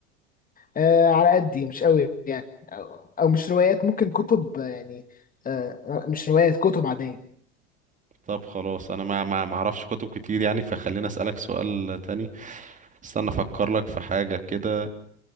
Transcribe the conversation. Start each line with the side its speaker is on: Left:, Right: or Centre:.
Left: آه على قدي مش قوي يعني أو, أو مش روايات ممكن كتب آه، يعني آه مش روايات كتب عادية
Right: طب خلاص انا ما ما ما اعرفش كتب كتير يعني فخليني اسالك سؤال تاني استنى افكر لك في حاجه كده